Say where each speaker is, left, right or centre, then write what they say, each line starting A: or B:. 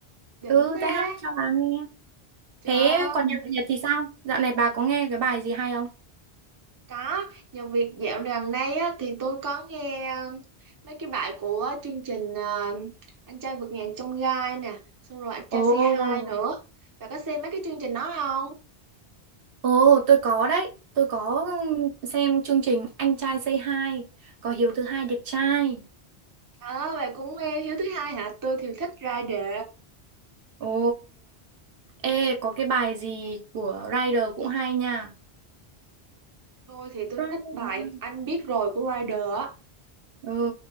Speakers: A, on the right (about 25°); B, on the right (about 65°).
A: đỉnh
B: Ừ,
A: ha.
B: tôi hát cho bà nghe.
A: Trời
B: Thế còn nhạc Việt thì sao? Dạo này bà có nghe cái bài gì hay không?
A: Có, nhờ việc dạo gần đây á, thì tôi có nghe ờ, mấy cái bài của chương trình ờ, Anh trai vượt ngàn chông gai nè, xong rồi Anh trai
B: Ồ,
A: Say Hi nữa. Bà có xem mấy cái chương trình đó không?
B: ồ, tôi có đấy. Tôi có xem chương trình Anh trai Say Hi, có Hiếu thứ hai đẹp trai.
A: Ờ, bà cũng nghe Hiếu thứ hai hả? Tôi thì thích Rider.
B: Ồ, ê, có cái bài gì của Rider cũng hay nha.
A: Tôi thì tôi
B: Rider.
A: thích bài Anh biết rồi của Rider á.
B: Ừ,